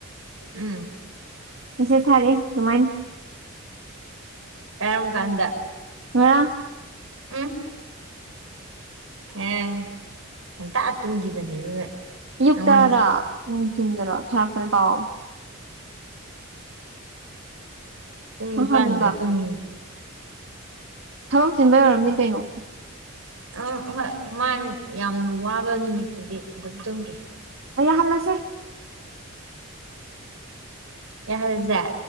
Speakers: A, on the right; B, on the right.
A: ꯎꯝ
B: ꯃꯦꯆꯦꯁ ꯊꯥꯔꯛꯑꯦ ꯑꯗꯨꯃꯥꯏꯅ
A: ꯀꯔꯝ ꯀꯥꯟꯗ
B: ꯉꯔꯥꯡ
A: ꯎꯝ ꯑ ꯍꯟꯇꯥ ꯇꯨꯝꯈꯤꯕꯅꯦ ꯑꯗꯨꯒ
B: ꯑꯌꯨꯛꯇꯔ
A: ꯅꯪꯉꯣꯟꯗ ꯃꯦꯁꯦꯁ
B: ꯎꯅꯨꯡ ꯇꯤꯟꯗꯔꯣ ꯊꯥꯔꯛꯄꯅꯦ ꯀꯥꯎꯑꯣ
A: ꯄꯨꯡ
B: ꯅꯍꯥꯟ
A: ꯅꯤꯄꯥꯟꯗ
B: ꯅꯨꯡꯗꯥꯡ
A: ꯇꯨꯝꯃꯤ꯫
B: ꯊꯕꯛ ꯆꯤꯟꯕ ꯑꯣꯏꯔꯝꯅꯤ ꯀꯩꯅꯣ꯫
A: ꯑꯝ ꯍꯣꯏ ꯃꯥꯅ ꯌꯥꯝꯅ ꯋꯥꯕ ꯅꯨꯃꯤꯠꯇꯨꯗꯤ ꯑꯗꯨꯝ ꯇꯨꯝꯒꯦ꯫
B: ꯌꯥꯍꯜꯂꯁꯦ꯫
A: ꯌꯥꯍꯜꯖ